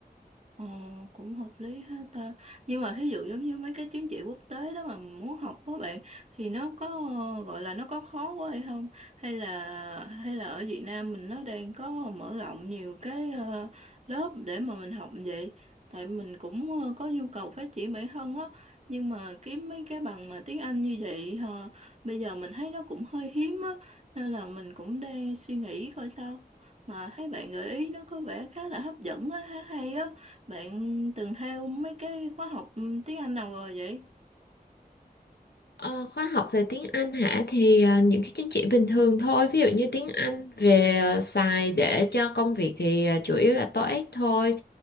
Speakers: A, on the right; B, on the left.
A: Ờ, cũng hợp lý ha ta. Nhưng mà thí dụ giống như mấy cái chứng chỉ quốc tế đó mà muốn học đó bạn thì nó có ờ, gọi là nó có khó quá hay không? Hay là hay là ở Việt Nam mình nó đang có mở rộng nhiều cái ờ, lớp để mà mình học vậy. Tại mình cũng ờ, có nhu cầu phát triển bản thân á, nhưng mà kiếm mấy cái bằng mà tiếng Anh như vậy ờ, bây giờ mình thấy nó cũng hơi hiếm á, nên là mình cũng đang suy nghĩ coi sao. Mà thấy bạn gợi ý nó có vẻ khá là hấp dẫn á, khá hay á. Bạn từng theo mấy cái khóa học ừ, tiếng Anh nào rồi vậy?
B: Ờ, khóa học về tiếng Anh hả thì ờ, những cái chứng chỉ bình thường thôi, ví dụ như tiếng Anh về ờ, xài để cho công việc thì ờ, chủ yếu là TOEIC thôi.